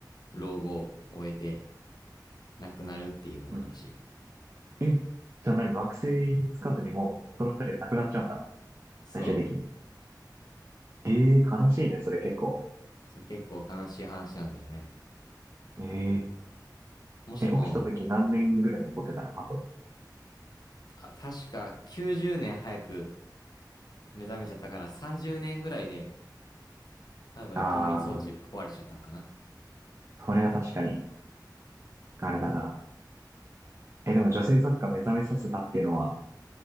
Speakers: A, on the left; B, on the right.
A: 老後を終えて亡くなるっていうお話。
B: うん。え、じゃあ何、惑星につかずにもう、その二人は亡くなっちゃうんだ。
A: そう。
B: 最終的に。ええ、悲しいね、それ結構。
A: そう結構悲しい話なんだよね。
B: え
A: もしも、
B: え、え、起きた時何年ぐらい残ってたのあと。
A: あ、確か90年早く目覚めちゃったから30年ぐらいで多分、
B: ああ、
A: 冬眠装置壊れちゃったんかな。
B: それは確かに、あれだな。え、でも女性作家目覚めさせたっていうのは、